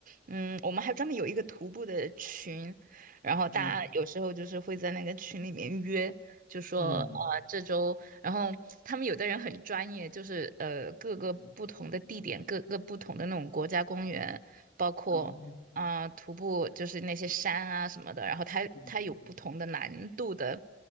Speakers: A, on the right (about 50°); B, on the left (about 75°).
A: 嗯，我们还专门有一个徒步的群，然后大家有时候就是会在那个群里面约，
B: 嗯
A: 就说呃这周，
B: 嗯，
A: 然后他们有的人很专业，就是呃各个不同的地点，
B: 嗯
A: 各个不同的那种国家公园，包括啊、
B: 哦，
A: 呃徒步就是那些山啊什么的，然后他他有不同的难度的，
B: 嗯